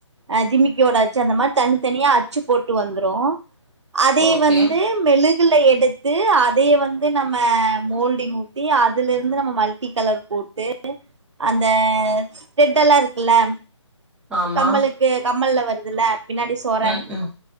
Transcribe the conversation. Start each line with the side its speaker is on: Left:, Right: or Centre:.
Right: அ ஜிமிக்கியோட ஆச்சு அந்த மார் தன் தனியா அச்சு போட்டு வந்துரு அதே
Centre: ஓகே
Right: வந்து மெழு கல்லே எடுத்து அதைய வந்து நம்ம மோல்டிங் ஊத்தி அதுல இருந்து ந நம்ம மல்டி கலர் போட்டு அந்த ரெட் எல்லா இருக்குல்ல
Centre: ஆமா
Right: கம்மலுக்கு கம்மல்ல வருதுல்ல பின்னாடி சொற
Centre: ம் ம்